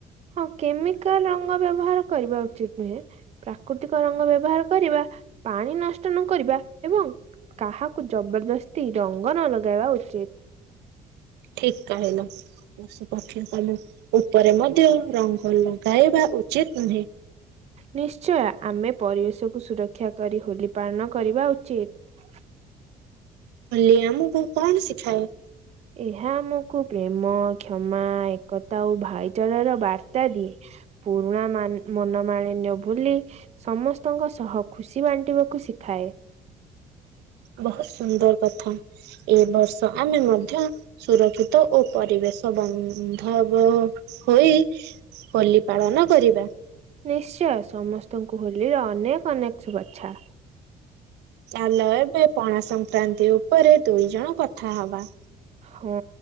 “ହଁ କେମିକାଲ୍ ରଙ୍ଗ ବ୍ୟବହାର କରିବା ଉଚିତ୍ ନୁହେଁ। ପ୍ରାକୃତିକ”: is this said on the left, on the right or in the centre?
Right